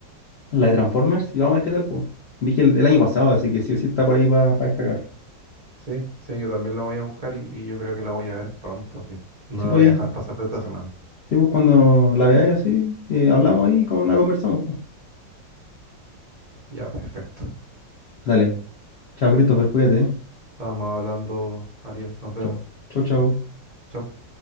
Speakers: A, on the left; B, on the right.
A: la de Transformers, y vamos a ver qué tal, pues. Vi que el del año pasado, así que sí o sí está por ahí para descargar.
B: Sí, sí, yo también la voy a buscar y, y yo creo que la voy a ver pronto, así. No
A: Sí,
B: la
A: pues,
B: voy a dejar
A: sí,
B: pasar de esta semana.
A: pues cuando la veáis así, eh, hablamos ahí y con- la conversamos, pues.
B: Ya, perfecto.
A: Dale, chao, Christopher, cuídate. eh.
B: Estábamos hablando, Ariel, nos vemos.
A: Chao, chao, chao.
B: Chau.